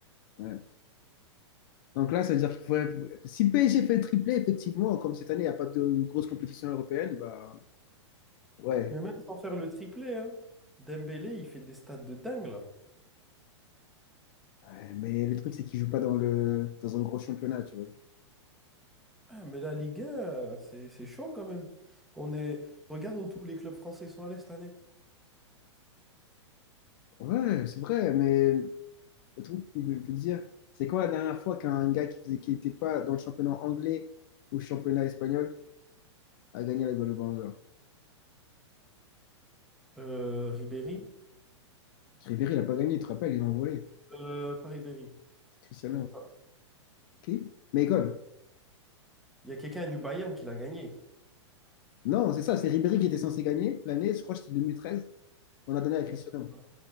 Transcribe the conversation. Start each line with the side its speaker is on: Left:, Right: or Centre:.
Left: ouais. Donc là, ça veut dire qu'il faudrait... Si le PSG fait le triplé, effectivement, comme cette année, il n'y a pas de grosse compétition européenne, bah ouais.
Centre: Mais même sans faire le triplé, hein, Dembélé, il fait des stats de dingue, là.
Left: Ouais, Mais le truc, c'est qu'ils ne jouent pas dans le... dans un gros championnat, tu vois.
Centre: Ah, mais la Ligue 1, euh, c'est c'est chaud quand même. On est... Regarde où tous les clubs français sont allés cette année.
Left: Ouais, c'est vrai, mais le truc, c'est que, faut dire, c'est quoi la dernière fois qu'un gars qui faisait... qui n'était pas dans le championnat anglais ou championnat espagnol a gagné la balle de Ballon d'Or?
Centre: Euh, Ribéry.
Left: Ribéry, il n'a pas gagné, tu te rappelles, ils ont volé.
Centre: Euh, Paris-Berry.
Left: C'est Cristiano.
Centre: Mais pas.
Left: Qui? Malcolm.
Centre: Il y a quelqu'un du Bayern qui l'a gagné.
Left: Non, c'est ça, c'est Ribéry qui était censé gagner l'année, je crois que c'était 2013, on a donné à
Centre: Ouais,
Left: Cristiano.
Centre: voilà,